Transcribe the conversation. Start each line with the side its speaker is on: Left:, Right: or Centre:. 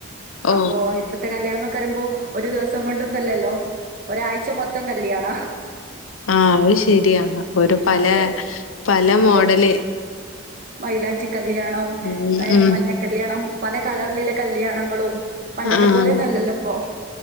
Left: ഓ
Right: <inaudible> അപ്പൊ ഇപ്പഴത്തെ കല്യാണമ്ന്ന് വരുമ്പോ ഒരു ദിവസം കൊണ്ടൊന്നല്ലല്ലോ ഒരാഴ്ച മൊത്തം കല്യാണ
Left: ആഹ് അത് ശരിയാ ഒരു പല
Right: അതെ
Left: പല
Right: അതെ
Left: മോഡല്
Right: മൈലാഞ്ചി കല്യാണം
Left: ഉം
Right: ഏ
Left: ഉം
Right: മഞ്ഞക്കല്യാ ണം പല കളറിലെ കല്യാണങ്ങളും പണ്ടത്തെ
Left: ആഹ്
Right: പോലെയൊന്നുല്ലല്ലോപ്പം